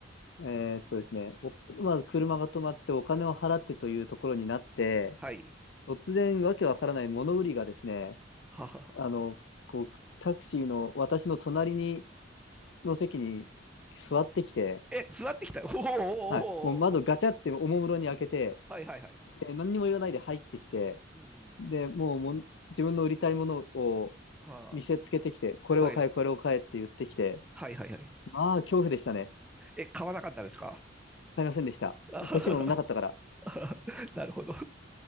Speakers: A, on the left; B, in the centre.
A: えーっとですね、おまず車が止まってお金を払ってというところになって、
B: はい。
A: 突然わけわからない物売りがですね、
B: はあ。
A: あの、こう、タクシーの私の隣に、の席に座ってきて、
B: え、座ってきた。おーおーおーおー。
A: はい、もう窓ガチャっておもむろに開けて、
B: はいはいはい。
A: で、何にも言わないで入ってきて、
B: うん。
A: で、もうもん自分の売りたいものを
B: は
A: 見せつけてきて、これを買え、
B: あ。はい。
A: これを買えって言ってきて、
B: はいはいはい。
A: ああ、恐怖でしたね。
B: え、買わなかったですか
A: 買いませんでした。
B: あは
A: 欲しいものなかったから。
B: は <laughs> なるほど。